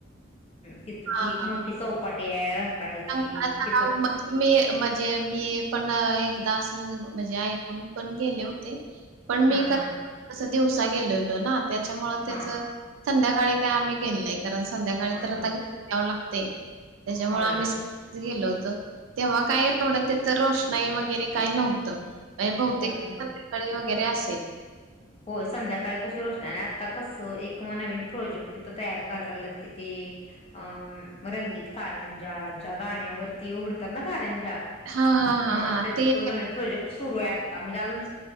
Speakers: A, on the left; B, on the right.
A: तिथं
B: हां,
A: ती एक मोठी चौपाटी आहे रंगकाळ्याची
B: कंटाळा तणाव
A: तिथं
B: म्हणजे मी म्हणजे मी पण एकदा अस म्हणजे ऐकून पण गेले होते पण मी
A: हां, हां.
B: दिवसा गेलोलो ना त्याच्यामुं त्याच
A: हा
B: संध्याकाळी काय आम्ही गेलो नाही कारण संध्याकाळी
A: हा
B: तर
A: हा
B: आता घरी जावं लागते त्याच्यामुळे
A: होय
B: आम्ही गेल होत तेव्हा काय एवढं त्याच रोषणाई वगैरे काय नव्हतं. नाही बहुतेक
A: हो हो
B: संध्याकाळी वगैरे असेल.
A: होय संध्याकाळी कशी रोषणार आणि आता कसं एक नवीन प्रोजेक्ट तिथं तयार करायला लागलेत किती. अं रंगीत कारंजा ज्या गाण्यावरती उघडतात ना कारंजा
B: हां, हां, हां,
A: हा
B: हां.
A: त्याचा
B: ते
A: तो नवीन प्रोजेक्ट सुरू आहे आता म्हणजे अजून.